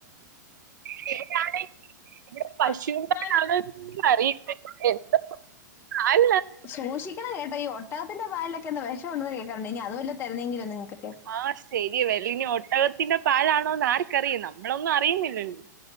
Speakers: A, on the right; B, on the left.
A: പേരാണ് ഇവിടെ പശൂൻന്നാണോ
B: പശുപാലാണ്
A: അറിയില്ല എന്തോ പാലിലാണ്
B: സൂക്ഷിക്കണം കേട്ടോ ഈ ഒട്ടകത്തിന്റെ പാലിലൊക്കെന്തോ വെഷമുണ്ടെന്ന് കേൾക്കാറുണ്ട് ഇനി അത് വല്ല തരുന്നെങ്കിലോ നിങ്ങക്കൊക്കെ
A: ആഹ് ശരി വെല്ലേ ഇനി ഒട്ടകത്തിന്റെ പാലാണോന്ന് ആർക്കറിയാം നമ്മളൊന്നും അറിയുന്നില്ലല്ലോ